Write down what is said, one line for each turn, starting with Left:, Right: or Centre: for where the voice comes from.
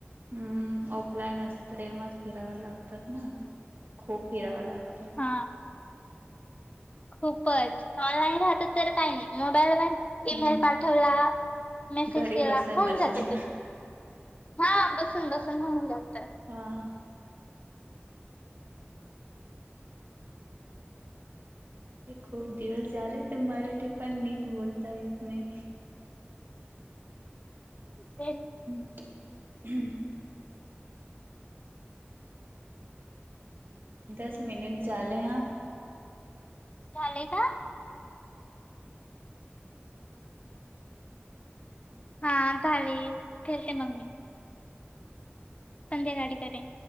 Right: हं ऑफलाईन असत तेव्हाच फिराव लागतात ना खूप फिरावं लागतं....
Left: हा खूपच.... ऑनलाईन राहत तर काही नाही मोबाईल व
Right: हम्म
Left: ईमेल पाठवला..... मेसेज
Right: घरी
Left: केला
Right: बसून
Left: होऊन
Right: बसून
Left: जात तिथ हा बसून बसून होऊन जात....
Right: हा.... ते खूप दिवस झाले तर मराठी पण नीट बोलता येत नाही....
Left: ह....
Right: हम्म.... दस मिनिट झाले ह....
Left: झाले का हा झाले ठेवते मग मी.... संध्याकाळी करेन.....